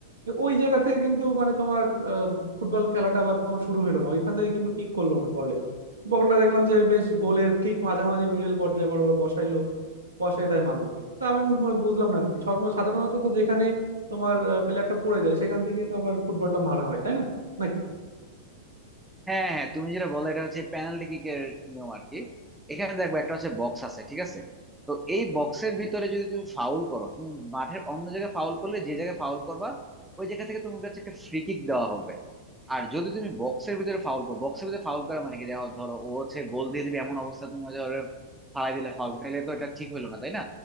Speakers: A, on the right (about 85°); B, in the centre.
A: ওই জায়গা থেকে কিন্তু মানে তোমার আহ, ফুটবল খেলাটা আবার তোমার শুরু হলো না ওইখান থেকে কিন্তু কিক করলো না বলে বলটা দেখলাম যে বেশ গোলের ঠিক মাঝামাঝি মিডল পর্যায়ে বরাবর বসাইলো বসে তাই মারলো তো আমি ম- বুঝলাম না আর কি সর্ব- সাধারণত তো যেখানে তোমার প্লেয়ারটা পড়ে যায় সেখান থেকেই তো আবার ফুটবলটা মারা হয় তাই না নাকি
B: হ্যাঁ হ্যাঁ হ্যাঁ, তুমি যেটা বলো এটা হচ্ছে পেনাল্টি কিকের নিয়ম আর কি এখানে দেখবে একটা হচ্ছে বক্স আছে ঠিক আছে তো এই বক্সের ভিতরে যদি তুমি ফাউল করো তুমি মাঠের অন্য জায়গায় ফাউল করলে যে জায়গায় ফাউল করবা ওই জায়গা থেকে তোমার কাছে একটা ফ্রি কিক দেওয়া হবে আর যদি তুমি বক্সের ভিতরে ফাউল করো বক্সের ভিতরে ফাউল করা মানে কি দেখো ধরো ও হচ্ছে গোল দিয়ে দিবে এমন অবস্থা তুমি ধরো ফালাই দিলে ফাউল তাহলে তো এটা ঠিক হলো না তাই না